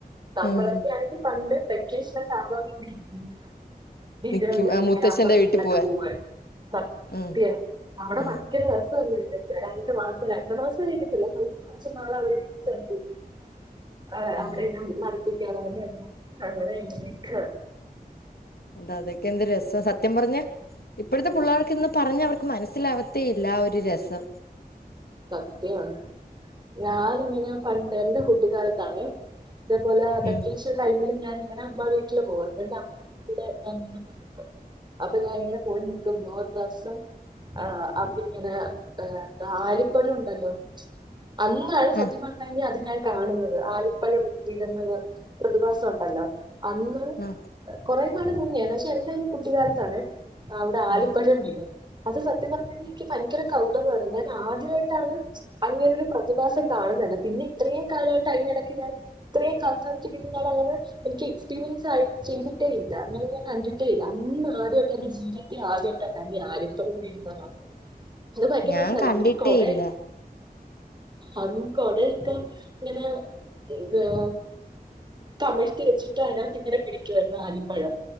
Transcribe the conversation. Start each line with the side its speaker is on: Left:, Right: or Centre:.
Right: നമ്മഴക്കെ
Left: ആഹ്
Right: ആണെങ്കിൽ പണ്ട് പെ വെക്കേഷ്നൊക്കെ ആവാൻ വേണ്ടി ഇങ്ങനെവീട്കൾല്
Left: നിക്കും ആഹ്
Right: ഇങ്ങനെ
Left: മുത്തശ്ശന്റെ
Right: അമ്പ വീട്ട്ലൊക്കെ
Left: വീട്ടി പോവാൻ
Right: പോകായിര്ന്നു സത്യം
Left: ഉം
Right: അവടെ
Left: ഉം
Right: പറഞ്ഞ ങ്കര രസ്വല്ലെ <unintelligible> രണ്ട് മാസം രണ്ട് മാസം കഴിഞ്ഞിട്ടല്ല നൊ കൊറച്ച് നാള് അവടേം നിന്ന് <unintelligible> ആഹ്
Left: ഉം
Right: അവടേ ഇനം മരത്തിക്കേറാനും അങ്ങനെ അങ്ങനെ ഇങ്ങനിംക്ക
Left: അതാ അതൊക്കെ എന്ത് രസാസത്യം പറഞ്ഞ ഇപ്പഴ്ത്തെ പുള്ളേർക്ക് ഇന്ന് പറഞ്ഞ അവർക്ക് മനസ്സിലാവ ത്തേ ഇല്ല ആ ഒരു രസം
Right: സത്യാണ് ഞാന് ഇങ്ങനെ പണ്ട് എന്റെ കുട്ടിക്കാലത്താണേ ഇതേപോലെ അതൊക്കിം
Left: ഉം
Right: മിക്ക ടൈും ഞാന് ഇങ്ങനെ അമ്പാ വീട്ടില് പോവാര്ന്നു എന്റെ അമ്മ വീട്ടില് അങ്ങനെ പോയി നിക്കും അപ്പൊ ഞാൻ എങ്ങനെ പോയി നിക്കുമ്പോ ദിവസം ആഹ് അമ്മി ഇങ്ങനെ ഏഹ് ആലിപ്പഴം ഉണ്ടല്ലോ അന്നാണ് സത്യം
Left: ആഹ്
Right: പർ ണെയ്ഞ്ഞാ ഇഞ്ഞ്ഞഅത് ഞാൻ കാണുന്നത് ആലിപ്പഴം വീഴ്ന്നത് പ്രതിഭാസം ഉണ്ടല്ലോ അന്ന്
Left: ആഹ്
Right: കാെറേ നാള് മുന്നേണ് പക്ഷെ എന്റെ ഒരു കുട്ടിക്കാലത്താണ് അവടെ ആലിപ്പഴം
Left: ആഹ്
Right: വീണത് അത് സത്യം പറഞ്ഞ് കഴിഞ്ഞാ എനിക്ക് ഭയങ്കര കൗതകമാണ് ഞാൻ ആദ്യമായിട്ടാണ് അങ്ങനെ ഒരു പ്രതിഭാസം കാണുന്നത് എന്നെ പിന്നെ ഇത്രയും കാലമായിട്ട് സ്റ്അതിനിടക്ക ഞാൽ ഇത്രീം കാലത്തിന് എടക്ക് പിന്നിം ഞാനങ്ങനെ എനിക്ക് എക്സ്പീരിയൻസ്ഡ് ആയി ചെയ്തിട്ടേ ഇല്ല അങ്ങനെ ഞാൻ കണ്ടിട്ടേ ഇല്ല അന്ന് ആദ്യമായിട്ട് അന്റെ ജീവിത ത്തി ആദ്യായിട്ട ഞാൻ ഈ ആലിപ്പഴം വീഴുന്ന കാണുന്നത് അത് ഭയങ്കര
Left: ഞാൻ
Right: രസാര്ന്ന്
Left: കണ്ടിട്ടേ
Right: എന്നിട്ട് കൊടയൊക്ക
Left: ഇല്ല
Right: അതിന് കൊടയൊക്കെ ഇങ്ങനെ എന്തുവാ തമിഴ്ത്തി വെച്ചിട്ട് അതിനകത്ത് ഇങ്ങനെ പിടിക്കുവാരുന്നു ആലിപ്പഴം